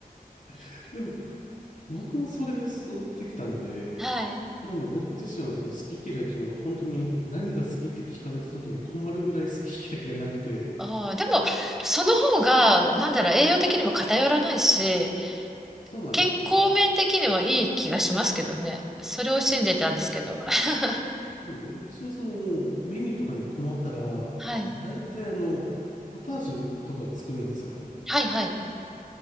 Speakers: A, on the left; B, in the centre.
A: <laughs> でも僕もそれで育ってきたので、
B: はい。
A: なんで僕自身はその好き嫌いっていうのが本当に何が好きって聞かれた時に困るぐらい好き嫌いがなくて、
B: ああ、でも、その方が、なんだろう、栄養的にも偏らないし、
A: そうなんですよね。
B: 健康面的にはいい気がしますけどね。それを信じてたんですけど。<laughs>
A: でうちはそのもうメニューとかに困ったら、
B: はい。
A: 大体あの、ポタージュとかを作るんですよ。
B: はい、はい。